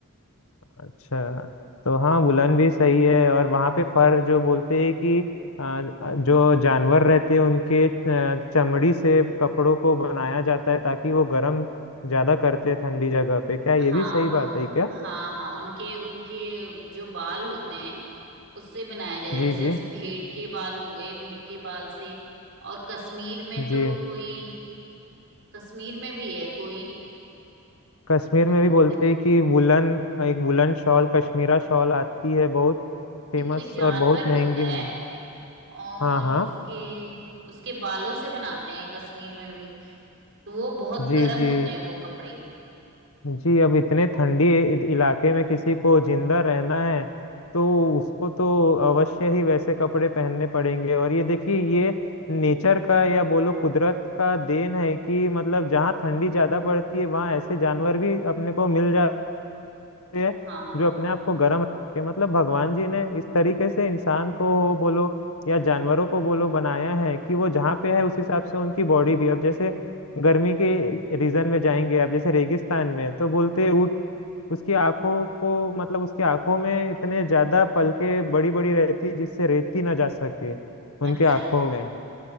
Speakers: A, on the left; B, on the right.
A: अच्छा तो हाँ वुलन भी सही है और वहाँ पे फर जो बोलते हैं कि आ, जो जानवर रहते हैं उनके आ, चमड़ी से कपड़ों को बनाया जाता है ताकि वो गर्म ज्यादा करते हैं ठंडी जगह पे क्या ये
B: हाँ
A: भी सही
B: उ,
A: बात है क्या
B: हाँ हाँ उनके उनके जो बाल होते हैं उससे बनाया जाता है
A: जी
B: हम्म। जैसे
A: जी
B: भेड़ के बाल हो गए भेड़ के बाल से और कश्मीर में
A: जी
B: तो कोई कश्मीर में भी है कोई
A: कश्मीर
B: क्या
A: में भी
B: कहते
A: बोलते हैं
B: हैं
A: कि वुलन एक वुलन शॉल कश्मीरा शॉल आती है बहुत फेमस
B: नहीं कोई जानवर
A: और बहुत
B: होता
A: महंगी
B: है
A: मिल
B: और
A: हाँ हाँ
B: उसके उसके बालों से बनाते हैं कश्मीर में भी तो वो बहुत
A: जी
B: गर्म हम्म।
A: जी
B: होते हैं वो कपड़े
A: जी अब इतने ठंडी इ- इलाके में किसी को जिंदा रहना है तो उसको तो अवश्य ही वैसे कपड़े पहनने पड़ेंगे और ये देखिए ये नेचर का या बोलो कुदरत का देन है कि मतलब जहाँ ठंडी ज्यादा पड़ती है वहाँ ऐसे जानवर भी अपने को मिल जाते है
B: हाँ
A: जो अपने आप को गर्म रखे मतलब भगवान जी ने इस तरीके से इंसान को हो बोलो या जानवरों को बोलो बनाया है कि वो जहाँ पे है उस हिसाब से उनकी बॉडी भी अब जैसे गर्मी के रीजन में जाएंगे आप जैसे रेगिस्तान में तो बोलते हैं ऊँट उसकी आंखों को मतलब उसकी आंखों में इतने ज्यादा पलके बड़ी बड़ी रहती है जिससे रेती ना जा सके उनके
B: अच्छा
A: आंखों में